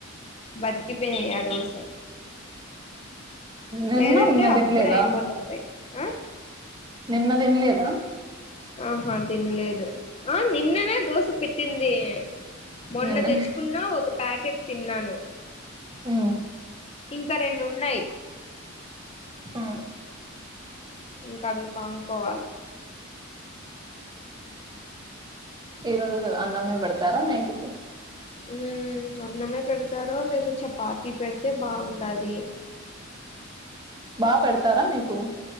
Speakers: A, on the left; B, on the right.
A: బతికిపోయినా ఆ రోజు
B: నిన్న
A: లేదంటే
B: నిన్న తినలేదా
A: అప్పుడే అయిపోతుంటాయి ఆ
B: నిన్న తిన్లేద
A: ఆహా తినలేదు ఆ నిన్ననే దోశ పెట్టింది మొన్న
B: నిన్న
A: తెచ్చుకున్న ఒక ప్యాకెట్ తిన్నాను
B: ఆ
A: ఇంకా రెండున్నాయి
B: ఆ
A: ఇంకా అవి పామ్కోవాలి
B: ఈరోజు కూడా అన్నమే పెడతారా నైటికి
A: ఉ అన్నమే పెడతారో లేదా చపాతీ పెడితే బాగుంటాది
B: బా పెడతారా మీకు